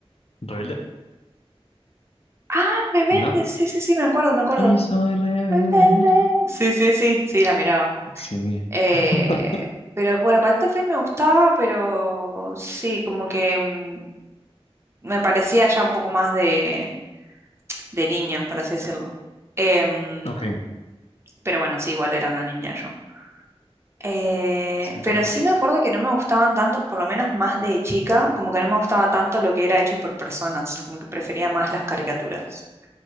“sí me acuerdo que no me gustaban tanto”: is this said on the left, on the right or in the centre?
Right